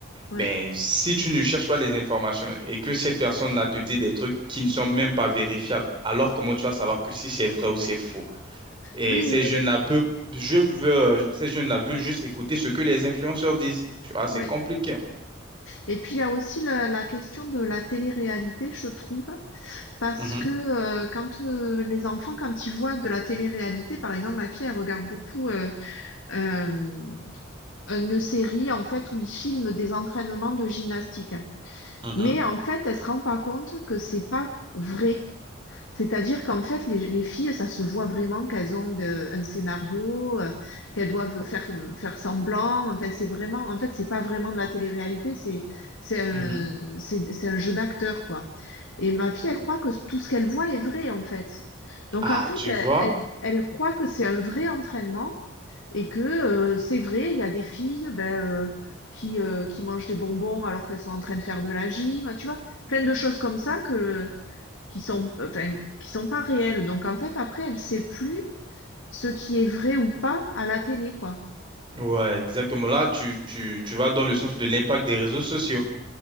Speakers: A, on the left (about 70°); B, on the right (about 25°).
A: ouais.
B: Mais si tu ne cherches pas les informations et que cette personne-là te dit des trucs qui ne sont même pas vérifiables, alors comment tu vas savoir que si c'est vrai ou c'est faux? Et
A: Oui,
B: ces
A: oui,
B: jeunes-là
A: oui,
B: peuvent, je veux, ces jeunes-là veulent juste écouter ce que les influenceurs disent. Tu vois, c'est
A: oui.
B: compliqué.
A: Et puis, il y a aussi la, la question de la télé-réalité, je trouve, parce
B: Mhm,
A: que euh, quand euh, les enfants, quand ils voient de la télé-réalité, par exemple, ma fille, elle regarde beaucoup euh, euh, une série, en fait, où ils filment des entraînements de gymnastique.
B: mhm,
A: Mais en fait, elle se rend pas compte que c'est pas vrai. C'est-à-dire qu'en fait, les, les filles, ça se voit vraiment qu'elles ont de- un scénario, euh, qu'elles doivent faire, faire semblant. Enfin, c'est vraiment, en fait, c'est pas vraiment de la télé-réalité, c'est, c'est un,
B: mhm.
A: c'est, c'est un jeu d'acteur, quoi. Et ma fille, elle croit que tout ce qu'elle voit est vrai, en fait. Donc,
B: Ah,
A: en fait,
B: tu
A: elle,
B: vois?
A: elle, elle croit que c'est un vrai entraînement et que, euh, c'est vrai, il y a des filles, ben, euh, qui, euh, qui mangent des bonbons alors qu'elles sont en train de faire de la gym, tu vois, plein de choses comme ça que, euh, qui sont, enfin, qui sont pas réelles. Donc en fait, après, elle sait plus ce qui est vrai ou pas à la télé, quoi.
B: Ouais, exactement. Là, tu, tu, tu vas dans le sens de l'impact des réseaux sociaux.